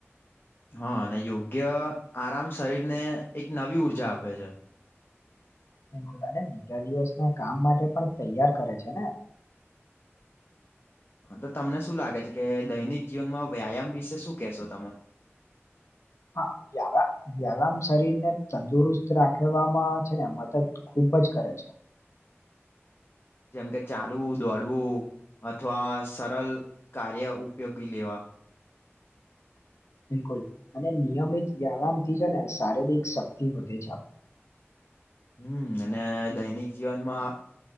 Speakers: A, on the left; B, on the left.
A: હા અને યોગ્ય આરામ શરીરને એક નવી ઉર્જા આપે. છે
B: બિલકુલ અને બીજા દિવસના કામ માટે પણ તૈયાર કરે છે ને.
A: <inaudible> હા તો તમને શું લાગે છે કે દૈનિક જીવનમાં વ્યાયામ વિશે શું કેહેશો તમે?
B: <unintelligible> વ્યાયામ શરીર ને તંદુરસ્ત રાખવામાં છે ને મદદ ખૂબ જ કરે છે.
A: જેમ કે ચાલવું દોડવું અથવા સરલ કાર્ય ઉપયોગી લેવા
B: બિલકુલ અને નિયમિત વ્યાયામથી છે ને શારીરિક શક્તિ વધે છે આપ
A: <unintelligible> હમ અને દૈનિક જીવનમાં